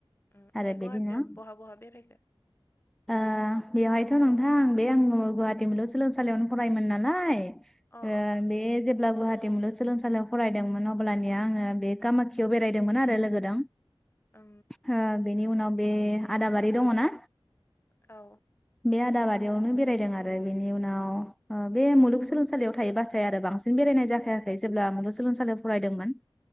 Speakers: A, on the left (about 25°); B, in the centre.
A: उम ओमफ्राय
B: आरो
A: गुवाहाटियाव
B: बि दिना।
A: बहा बहा बेरायखो?
B: ओ बेवहायथ' नोंथां बे आङो गुवाहाटि मुलुगसोलोंसालियावनो फरायोमोन नालाय
A: अ
B: ओ
A: अ
B: बे जेब्ला गुवाहाटि मुलुग सोलोंसालियाव फरायदोंमोन अब्लानिया आङो बे कामाख्याव बेरायदोंमोन आरो लोगोदों।
A: उ
B: हो बेनि उनाव बे आदाबारि दङ ना?
A: औ
B: बे आदाबारियावनो बेरायदों आरो बेनि उनाव ओ बे मुलुगसोलोंसालियाव थायो बाथाय आरो बांसिन बेरायनाय जाखायाखै जेब्ला मुगसोलोंसालियाव फरायदोंमोन।